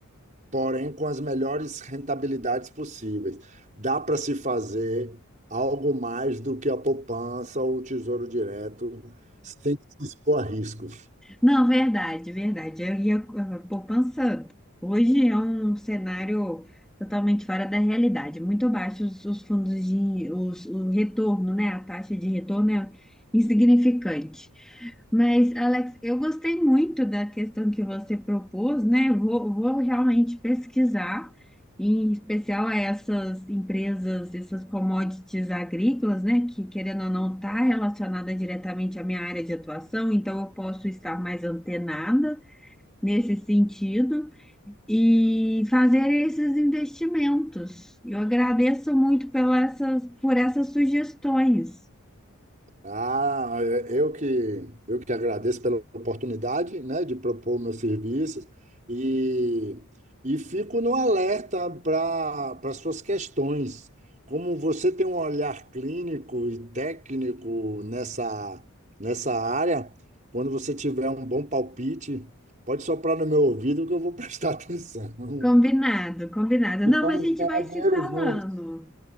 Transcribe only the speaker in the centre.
Não, verdade, verdade. Eu ia eh, poupança. Hoje é um cenário totalmente fora da realidade. Muito baixos os, os fundos de os, o retorno, né? A taxa de retorno é insignificante. Mas, Alex, eu gostei muito da questão que você propôs, né? Vou, vou realmente pesquisar em especial a essas empresas, essas commodities agrícolas, né, que querendo ou não está relacionada diretamente à minha área de atuação, então eu posso estar mais antenada nesse sentido e fazer esses investimentos. Eu agradeço muito pela essas, por essas sugestões.
Combinado, combinado.
Não,
mas a gente
vai se
falando,